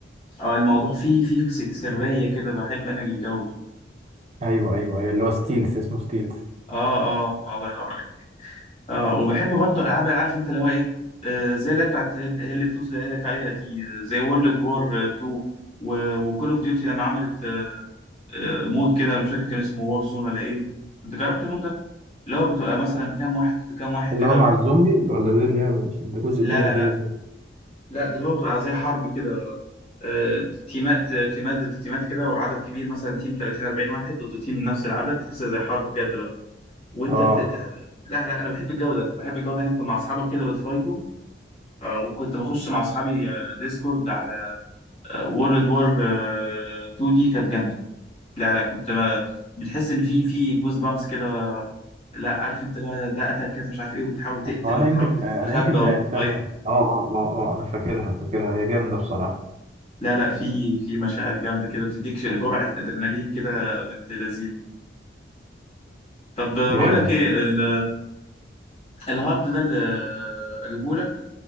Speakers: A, on the left (about 30°); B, on the right (about 35°).
A: آه الموضوع فيه فيه سك- سرية كده بحب أنا الجو ده
B: ايوه ايوه ايوه اللي هو ستيلز اسمه ستيلز
A: آه آه الله ينور عليك اه وبحب برضه العاب اللي عارف انت اللي هو ايه آه زي اللي بتاعت هيل تلوس اللي قالك عليها دي آه، زي وورلد وور 2 وكول اوف ديوتي لما عملت آه آه مود كده مش فاكر كان اسمه وور زون ولا ايه انت جربت المود ده اللي هو بتبقى مثلا كام واحد ضد كام واحد
B: اللي
A: كده
B: هو مع
A: و...
B: الزومبي ولا ده اللي هي مش ده جزء
A: لا
B: تاني
A: لا لا
B: غير الزومبي
A: لا ده اللي هو بتبقى زي حرب كده آه تيمات تيمات ضد تيمات كده وعدد كبير مثلا تيم 30 40 واحد ضد تيم نفس العدد تحسها زي حرب بجد بقى وانت
B: اه
A: بت... لا لا انا بحب الجو ده بحب الجو ده ان انت مع اصحابك كده بتفايتوا آه، وكنت بخش مع اصحابي آه، ديسكورد على وورلد وور 2 دي كانت جامده لا لا كنت ب- بتحس ان في في جوز بامس كده لا عارف انت لا ده قتل كذا مش عارف ايه وتحاول تقتل
B: هو انا
A: وتحاول
B: يمكن
A: وتستخبى
B: انا يمكن
A: وتفايض
B: لعبتها اه اه اه اه انا فاكرها فاكرها هي جامدة بصراحة
A: لا لا في في مشاعر جامده كده بتديك ش- جرعه ادرينالين كده بنت لذين طب آه،
B: جامد
A: بقول لك ايه ال- الهارد ده اللي آه، اجيبه لك